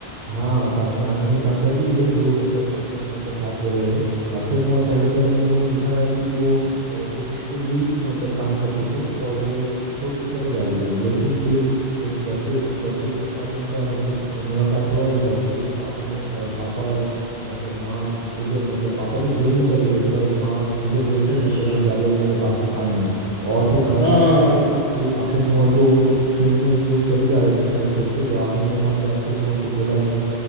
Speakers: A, on the right; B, on the left.
A: हाँ साथ में अनन्या पांडे भी है जो मतलब अक्षय कुमार का साथ दे रहे हैं अक्षय कुमार पहले पहले मूवी में दिखा रहा है कि वो अ, ब्रिटिश के लिए ही मतलब काम करते थे और वो छोड़ के चले जा रहे थे लेकिन फिर एक बच्चे के बच्चे के साथ उनका मतलब मुलाकात हुआ और बच्चे के पापा ने अ, पापा और मतलब माँ गुजर मतलब पापा तो जेल में चले गए थे और माँ गुजर गए
B: अच्छा
A: थे मतलब वो जालियनवाला बाग के कांड में और फिर अनन्या
B: हाँ हाँ
A: पांडे
B: हाँ
A: वो अक्षय कुमार को जब ट्रेन में वो लोग चले जा रहे थे शहर छोड़ के वो अनन्या पांडे अक्षय कुमार को बोला कि